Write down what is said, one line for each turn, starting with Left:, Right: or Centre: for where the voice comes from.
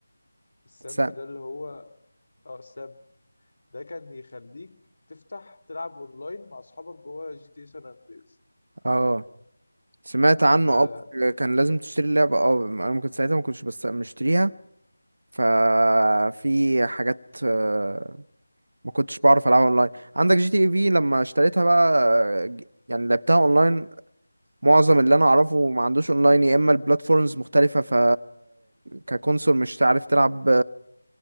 Left: السامب
Right: س...
Left: ده اللي هو اه السامب ده كان يخليك تفتح تلعب اونلاين مع اصحابك جوه جي تي سان اندريس
Right: اه سمعت عنه
Left: انا
Right: اه بس كان لازم تشتري اللعبه اه انا ممكن ساعتها ما كنتش بس مشتريها ففي حاجات آه، ما كنتش بعرف العبها اونلاين عندك جي تي اي في لما اشتريتها بقى آه، ج- يعني لعبتها اونلاين معظم اللي انا اعرفه ما عندوش اونلاين يا اما البلاتفورمز مختلفه ف ككونسول مش عارف تلعب